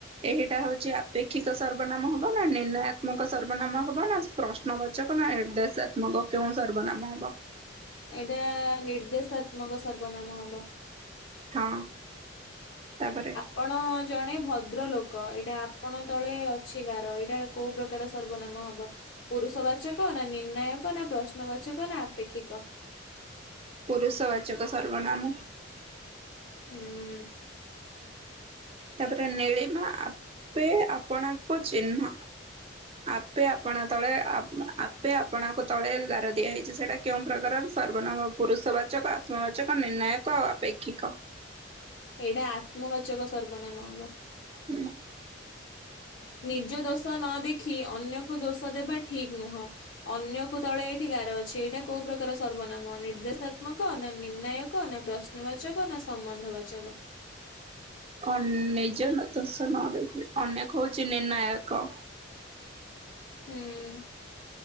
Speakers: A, on the right; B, on the left.
A: ଏହିଟା ହୋଉଛି ଆପେକ୍ଷିକ ସର୍ବନାମ ହବ ନା ନିର୍ଣ୍ଣାୟାତ୍ମକ ସର୍ବନାମ ହବ ନା ପ୍ରଶ୍ନବାଚକ ନା ଏଟ ଦେଶାତ୍ମକ କେଉଁ ସର୍ବନାମ ହବ?
B: ଏଇଟା ନିର୍ଦ୍ଦେଶାତ୍ମକ ସର୍ବନାମ ହବ।
A: ହଁ ତାପରେ
B: ଆପଣ ଜଣେ ଭଦ୍ର ଲୋକ ଏଇଟା ଆପଣ ତଳେ ଅଛି ଗାର ଏଇଟା କୋଉ ପ୍ରକ କାର ସର୍ବନାମ ହବ? ପୁରୁଷବାଚକ ନା ନିର୍ଣ୍ଣାୟକ ନା ପ୍ରଶ୍ନବାଚକ ନା ଆପେକ୍ଷିକ?
A: ପୁରୁଷବାଚକ ସର୍ବନାମ।
B: ହୁଁ।
A: ତାପରେ ନୀଳିମା ଆପେ ଆପଣାଙ୍କୁ ଚିହ୍ନ। ଆପେ ଆପଣା ତଳେ ଆପ ଆପେ ଆପଣାଙ୍କୁ ତଳେ ଗାର ଦିଆ ହେଇଛି ସେଇଟା କେଉଁ ପ୍ରକାରର ସର୍ବନାମ ପୁରୁଷବାଚକ ଆତ୍ମବାଚକ ନିର୍ଣ୍ଣାୟକ ଆଉ ଆପେକ୍ଷିକ?
B: ଏଇଟା ଆତ୍ମବାଚକ ସର୍ବନାମ ହବ।
A: ହୁଁ।
B: ନିଜ ଦୋଷ ନ ଦେଖି ଅନ୍ୟକୁ ଦୋଷ ଦେବା ଠିକ ନୁହଁ। ଅନ୍ୟକୁ ତଳେ ଏଇଠି ଗାର ଅଛି ଏଇଟା କୋଉ ପ୍ରକାର ସର୍ବନାମ ନିର୍ଦେଶାତ୍ମକ ନା ନିର୍ଣ୍ଣାୟକ ନା ପ୍ରଶ୍ନ ଶ୍ନ ବାଚକ ନା ସମ୍ବନ୍ଧବାଚକ?
A: ନିଜ ଦୋଷ ନ ଦେଖି ଅନେକ ହଉଛି ନିର୍ଣ୍ଣାୟକ।
B: ହୁଁ।